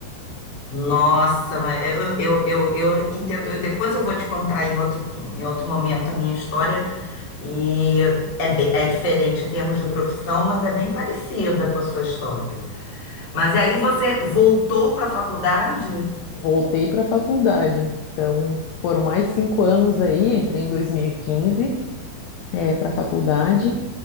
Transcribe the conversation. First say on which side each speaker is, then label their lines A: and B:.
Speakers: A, on the left; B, on the left.
A: Nossa, mas eu, eu, eu, eu entendo. Eu- depois eu vou te contar em outro, em outro momento a minha história. E é, bem- é diferente em termos de profissão, mas é bem parecida com a sua história. Mas aí você voltou para a faculdade?
B: Voltei para a faculdade. Então, foram mais cinco anos aí, eu entrei em 2015, para a faculdade.